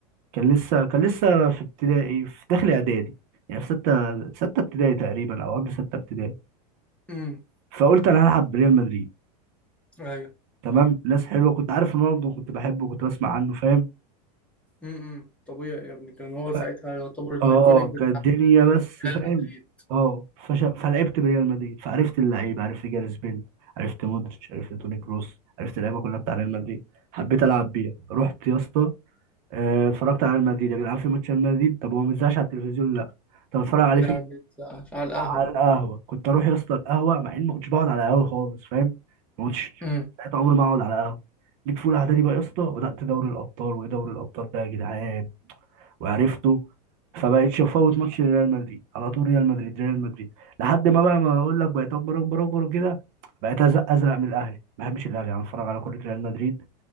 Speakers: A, on the right (about 60°); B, in the centre.
A: كان لسه كان لسه في ابتدائي في داخل اعدادي يعني في ستة ستة ابتدائي تقريبا او قبل ستة ابتدائي
B: امم
A: فقلت انا هلعب بريال مدريد
B: ايوه
A: تمام ناس حلوه كنت عارف رونالدو كنت بحبه كنت بسمع عنه فاهم
B: امم طبيعي يا ابني كان هو
A: ف...
B: ساعتها يعتبر الايكونيك
A: اه
B: بتاع
A: كانت الدنيا بس فاهم
B: ريال مدريد
A: اه فش... فلعبت بريال مدريد فعرفت اللعيبه عرفت جاريث بيل عرفت مودريتش عرفت توني كروس عرفت اللعيبه كلها بتاع ريال مدريد حبيت العب بيها رحت يا اسطى آه، اتفرجت على ريال مدريد يا جدعان في ماتش ريال مدريد طب هو ما بيتذاعش على التلفزيون لا طب اتفرج عليه
B: لا
A: فين
B: بيتزقش على القهوة
A: على القهوه كنت اروح يا اسطى القهوه مع اني ما كنتش بقعد على قهوه خالص فاهم ما كنتش
B: امم
A: ساعتها عمري ما اقعد على قهوه جيت في اولى اعدادي بقى يا اسطى بدات دوري الابطال وايه دوري الابطال ده يا جدعان وعرفته فبقيتش افوت ماتش ريال مدريد على طول ريال مدريد ريال مدريد لحد ما بقى ما اقول لك بقيت اكبر اكبر اكبر وكده بقيت ازق ازق من الاهلي ما بحبش الاهلي انا اتفرج على كره ريال مدريد